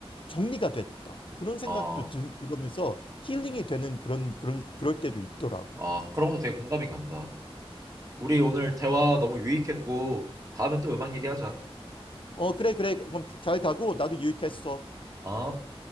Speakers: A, on the left; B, on the right.
A: 정리가 됐다. 그런 생각도
B: 아,
A: 들, 들으면서 힐링이 되는 그런 그런 그럴 때도 있더라고.
B: 아 그런 것도 되게 공감이 간다. 우리 오늘 대화 너무 유익했고 다음에 또 음악 얘기하자.
A: 어, 그래, 그래. 그럼 잘 가고 나도 유익했어.
B: 아.